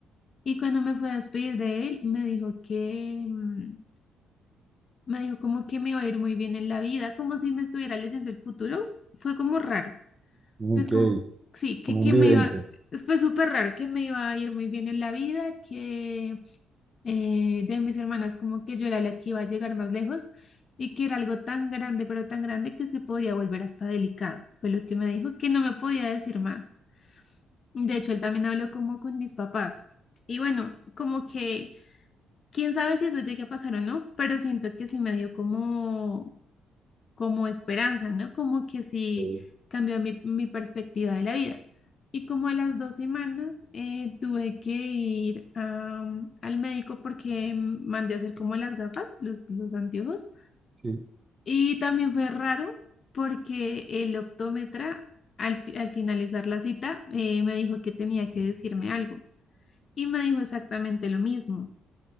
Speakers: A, on the left; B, on the right.
A: Y cuando me fui a despedir de él, me dijo que, mm, Me dijo como que me iba a ir muy bien en la vida, como si me estuviera leyendo el futuro. Fue como raro.
B: Ok,
A: Es como, sí, que,
B: como
A: que
B: un vidente.
A: me iba, fue súper raro, que me iba a ir muy bien en la vida, que eh, de mis hermanas como que yo era la que iba a llegar más lejos y que era algo tan grande, pero tan grande que se podía volver hasta delicado. Fue lo que me dijo, que no me podía decir más. De hecho, él también habló como con mis papás. Y bueno, como que... Quién sabe si eso llegue a pasar o no, pero siento que sí me dio como como esperanza, ¿no? Como que sí
B: eh,
A: cambió mi, mi perspectiva de la vida. Y como a las dos semanas eh, tuve que ir a, mm, al médico porque mandé a hacer como las gafas, los, los anteojos.
B: Sí.
A: Y también fue raro porque el optómetra al, fi- al finalizar la cita eh, me dijo que tenía que decirme algo. Y me dijo exactamente lo mismo.